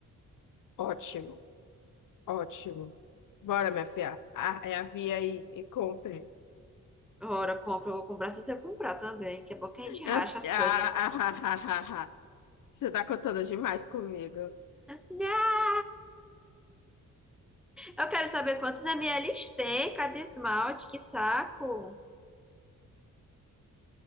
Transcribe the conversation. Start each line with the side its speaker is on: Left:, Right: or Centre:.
Left: Ótimo, ótimo. Bora, minha filha. Ah, é a via aí e compre.
Centre: Ora, compra, eu vou comprar se você comprar também, que é bom que
Left: <laughs>
Centre: a gente racha
Left: Minha fi-
Centre: as
Left: Ah,
Centre: coisas.
Left: ah, ah, ah, ah. ah, ah. Você tá contando demais comigo.
Centre: Não! Eu quero saber quantos ml tem cada esmalte, que saco.